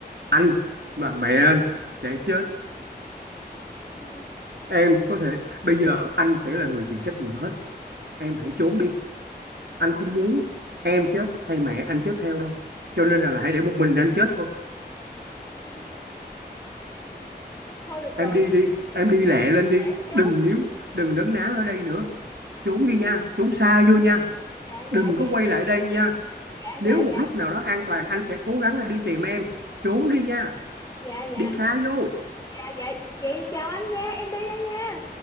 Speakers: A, on the right; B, on the left.
A: anh và mẹ anh sẽ chết
B: ừ,
A: Em có thể bây giờ anh sẽ là người chịu trách nhiệm hết. Em hãy trốn đi. Anh không
B: ừ,
A: muốn em chết hay mẹ anh chết theo đâu. Cho nên là, là hãy để một mình anh chết thôi.
B: ừ. thôi được rồi
A: Em đi đi, em đi
B: để
A: lẹ lên đi.
B: để em trốn
A: Đừng níu, đừng nấn ná ở đây nữa. Trốn đi
B: ừ,
A: nha, trốn xa vô nha.
B: dạ
A: Đừng
B: dạ
A: có
B: dạ
A: quay lại đây nha.
B: dạ
A: Nếu
B: dạ
A: một
B: dạ
A: lúc nào đó an toàn anh sẽ cố gắng đi tìm em. Trốn đi nha,
B: dạ dạ
A: đi xa vô.
B: dạ dạ vậy chào anh nha em đi đây nha